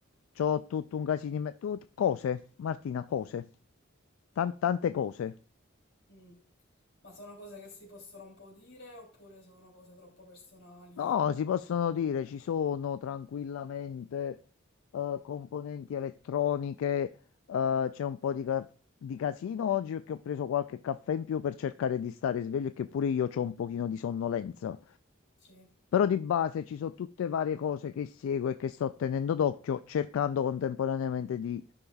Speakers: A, on the left; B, on the left.
A: C'ho tutto un casino in me- tut- cose, Martina, cose. Tan- tante cose.
B: Mm. Ma sono cose che si possono un po' dire oppure sono cose troppo personali?
A: No, si possono dire, ci sono tranquillamente eh, componenti elettroniche. eh, c'è un po' di, ca- di casino oggi perché ho preso qualche caffè in più per cercare di stare sveglio e che pure io ho un pochino di sonnolenza.
B: Sì,
A: Però di base ci sono tutte varie cose che seguo e che sto tenendo d'occhio, cercando contemporaneamente di